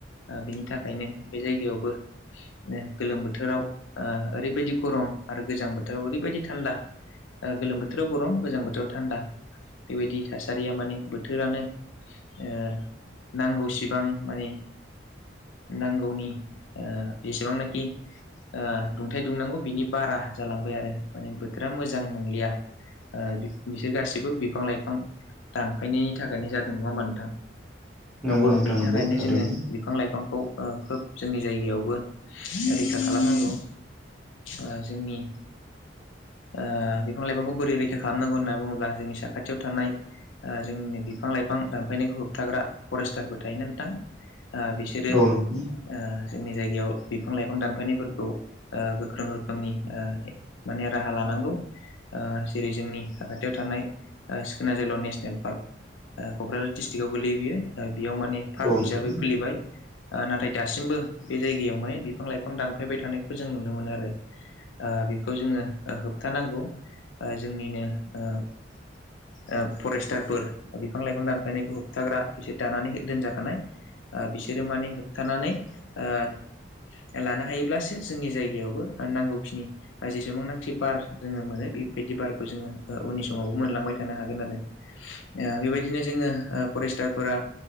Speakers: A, on the left; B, in the centre.
A: ओ बिनि थाखायनो बे जायगायावबो ओ गोलोम बोथोराव ओ ओरैबादि गरम आरो गोजां बोथोराव ओरैबादि थान्दा ओ गोलोम बोथोराव गरम गोजां बोथोराव थानदा बेबायदि थासारिआ माने बोथोरानो ओ नांगौसिबां मानि नांगौनि ओ बेसेबांनाखि ओ दुंथाइ दुंनांगौ बिनि बारा जालांबाय आरो माने बोथोरा मोजां नंलिआ ओ बिसोर गासिबो बिफां लाइफां दानफायनायनि थाखायनो जादों नङा होमबा नोंथां
B: नंगौ
A: ओ
B: नोंथां
A: बेनि
B: नंगौ
A: थाखायनो
B: थारैनो
A: जोङो बिफां लाइफांखौ ओ खोब जोंनि जायगायावबो रैखा खालामनांगौ ओ जोंनि ओ बिफां लाइफांखौ बोरै रैखा खालामनांगौ होननानै बुङोब्ला जोंनि साखाथिआव थानाय ओ जोंनि बिफां लाइफां दानफायनायखौ होबथाग्रा फरेस्टारबो थायोना नोंथां बिसोर ओ
B: औ
A: बिसोरो
B: नोंथां
A: ओ जोंनि जायगायाव बिफां लाइफां दानफायनायफोरखौ ओ गोख्रों रोखोमनि माने राहा लानांगौ ओ जेरै जोंनि साखाथियाव थानाय ओ सिखोना जोहोलाव नेसनेल पार्क ओ क'क्राझार दिस्ट्रिकटआव गोलैयो ओ बेआव माने पार्क
B: औ नोंथां
A: हिसाबै खुलिबाय ओ नाथाय दासिमबो बे जायगायाव माने बिफां लाइफां दानफायबाय थानायखौ खौ जों नुनो मोनो आरो ओ बेखौ जोङो होबथानांगौ ओ जोंनिनो ओ ओ फरेस्टारफोर बिफां लाइफां दानफायनायखौ होबथाग्रा बिसोर दानानै दोनजाखानाय ओ बिसोरो माने होबथानानै ओ लानो हायोब्लासो जोंनि जायगायावबो नांगौखिनि जेसेबांनाखि बार जोङो मोनो बेबायदि बारखौ जोङो ओ उननि समावबो मोनलांबाय थानो हागोन आरो ओ बेबायदिनो जोङो फरेस्टारफोरा